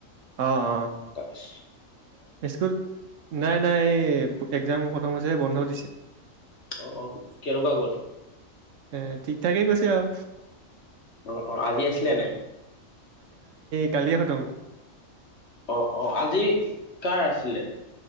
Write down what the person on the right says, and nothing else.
অ অ
স্কুল নাই নাই এই একজাম খতম হৈছে বন্ধ দিছে।
এ ঠিক ঠাকে গৈছে আও।
কালি এই খতম।